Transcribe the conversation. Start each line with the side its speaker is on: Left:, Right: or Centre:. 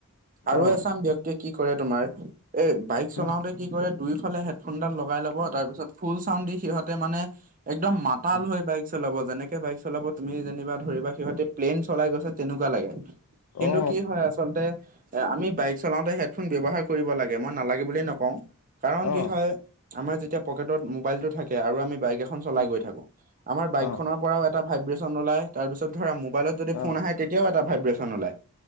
Right: আৰু
Left: অঁ
Right: এচাম ব্যক্তিয়ে কি কৰে তোমাৰ, এ বাইক চলাওতে
Left: উম
Right: কি কৰে দুয়োফালেহে ফোনডাল লগাই ল'ব তাৰ পিছত ফুল চাউন দি সিহঁতে মানে একদম মাতাল
Left: অঁ
Right: হৈ বা চলাব যেনেকে বাইক চলাব তুমি যেনিবা ধৰিবা সিহঁতে প্লেইন চলাই গৈছে তেনেকুৱা লাগে। কিন্তু
Left: অঁ
Right: কি হয় আ আচলতে এ আমি বাইক চলাওতে হেডফোন ব্যৱহাৰ কৰিব লাগে মই নালাগে বুলি নকওঁ। কাৰণ কি
Left: অঁ
Right: হয় আমাৰ যেতিয়া পকেটত মোবাইলটো থাকে আৰু আমি বাইক খন চলাই
Left: উম
Right: গৈ থাকো, আমাৰ বাইক
Left: অঁ
Right: খনৰ পৰাও এটা ভাইব্ৰেচন ওলায় তাৰপিছত ধৰা মোবাইলত যদি ফোন
Left: অঁ
Right: আহে তেতিয়াও এটা ভাইব্ৰেচন ওলায়।